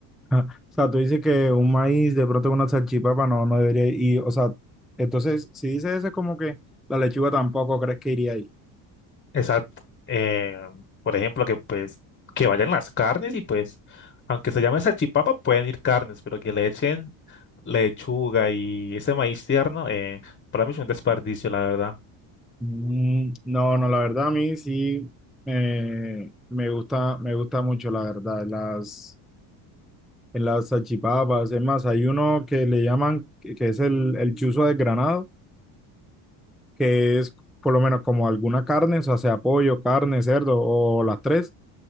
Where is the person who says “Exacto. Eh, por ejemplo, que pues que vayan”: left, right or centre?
Left